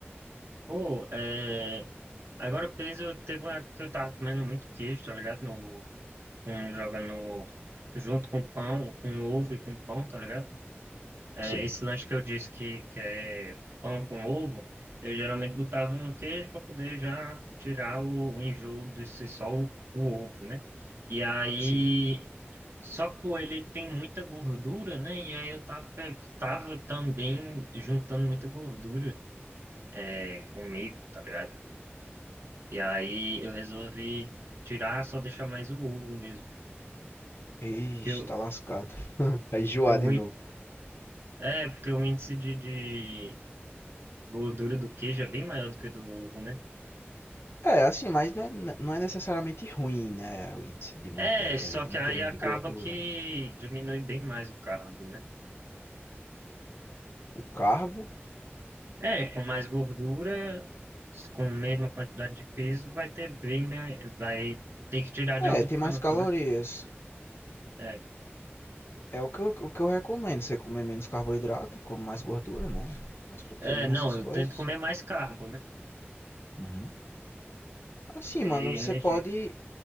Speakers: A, on the right; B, on the left.
A: Pô, é... Agora o peso, teve uma época que eu tava comendo muito queijo, tá ligado? Um joga no. Junto com pão, com ovo e com pão, tá ligado? É,
B: Sim,
A: esse lanche que eu disse que, que é pão com ovo, eu geralmente botava um queijo para poder já tirar o, o enjoo de ser só o, o ovo, né? E aí.
B: sim.
A: Só que o ele tem muita gordura, né? E aí eu tava, pe- tava também juntando muita gordura é, comigo, tá ligado? E aí eu resolvi tirar, só deixar mais o ovo mesmo.
B: Ixi,
A: Que eu,
B: tá lascado. <laughs> Vai enjoar
A: eu
B: de novo.
A: É, porque o índice de, de gordura do queijo é bem maior do que do ovo, né?
B: É, assim, mas não é, não é necessariamente ruim, né? O índice de manteiga
A: É, só
B: aí, de
A: que
B: manteiga
A: aí
B: não,
A: acaba
B: de gordura.
A: que diminui bem mais o carbo, né?
B: O carbo,
A: É, com mais gordura, com a mesma quantidade de peso, vai ter bem, me- vai ter que tirar de
B: é,
A: algum
B: tem
A: canto,
B: mais calorias.
A: né? É,
B: É o que eu, o que eu recomendo. Você comer menos carboidrato, come mais gordura, né? Mais proteína,
A: é, não,
B: essas
A: eu
B: coisas.
A: tento comer mais carbo, né?
B: Uhum. Assim,
A: Pra ter
B: mano, você
A: energia.
B: pode.